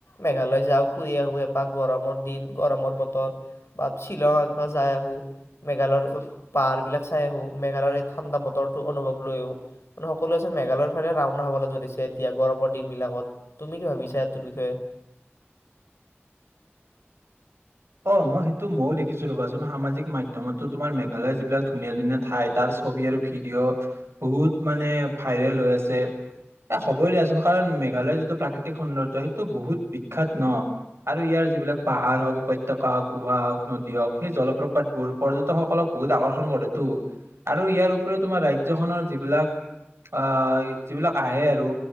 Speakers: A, on the left (about 85°); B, on the right (about 80°).
A: মেঘালয় যাও ফুৰি আহো এপাক গৰমৰ দিন গৰমৰ বতৰ বা শ্বিলং একবাৰ যাই আহো মেঘালয়ৰ পাহাৰ বিলাক চাই আহো মেঘালয়ৰ এই ঠাণ্ডা বতৰটো অনুভৱ লৈ আহো মানে সকলোৱে চোন মেঘালয়ৰ ফালে ৰাওনা হবলৈ ধৰিছে এতিয়া গৰমৰ দিন বিলাকত তুমি কি ভাবিছা এইটোৰ বিষয়ে?
B: অহ, মই সেইটো ময়ো দেখিছো ৰবাচোন সামাজিক মাধ্যমততো তোমাৰ মেঘালয় যিবিলাক ধুনীয়া- ধুনীয়া ঠাই তাৰ ছবি আৰু ভিডিঅ' বহুত মানে ভাইৰেল হৈ আছে, এ হবই দিয়াচোন কাৰণ মেঘালয়ৰ যিটো প্ৰাকৃতিক সৌন্দৰ্য সেইটো বহুত বিখ্যাত ন আৰু ইয়াৰ যিবিলাক পাহাৰ হওঁক উপাত্য উপত্যকা হওঁক গুহা হওঁক নদী হওঁক সেই জলপ্ৰপাত বোৰ পৰ্যটকসকলক বহুত আকৰ্ষণ কৰেতো আৰু ইয়াৰ উপৰি তোমাৰ ৰাজ্যখনৰ যিবিলাক আহ যিবিলাক আহে আৰু